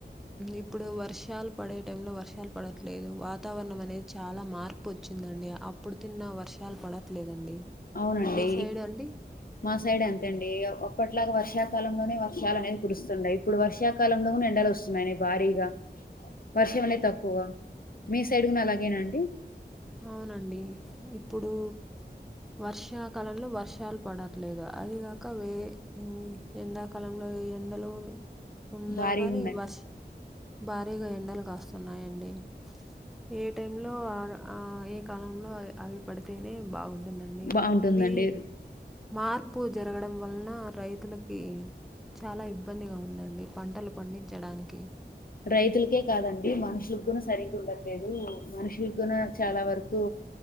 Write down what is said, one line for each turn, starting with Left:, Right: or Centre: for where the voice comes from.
Centre: ఇప్పుడు వర్షాలు పడే టైంలో వర్షాలు పడట్లే లేదు వాతావరణం అనేది చాలా మార్పు వచ్చిందండి అప్పుడు తిన్న వర్షాలు పడట్లేదండి
Left: అవునండి
Centre: మీ సైడ్ అండి
Left: మా సైడ్ ఎంతండి అప్పట్లాగా వర్షా కాలంలోనే వర్షాలు అనేది కురుస్తుండయి ఇప్పుడు వర్షాకాలంలో గున ఎండలు వస్తున్నాయని భారీగా వర్షం అనేది తక్కువ మీ సైడ్ కూన అలాగేనాండి
Centre: అవునండి ఇప్పుడు వర్షాకాలంలో వర్ వర్షాలు పడట్లేగా అదిగాక వే ఎండాకాలంలో ఎండలు ఉన్నా
Left: భారీగా
Centre: గాని
Left: ఉన్నాయి
Centre: వర్ష్ భారీగా ఎండలు కాస్తున్నాయండి ఏ టైమ్ లో అడ ఆ ఏ కాలంలో అవి అవి పడితేనే బాగుంటుందండి
Left: బాగుంటుందండి
Centre: ఇవి మార్ పు జరగడం వలన రైతులకి చాలా ఇబ్బందిగా ఉందండి పంటలు పండించడానికి
Left: రైతులకే కాదండి మనుషులకు గునా సరింగా ఉండట్లేదు మనుషుల కూన చాలా వరకు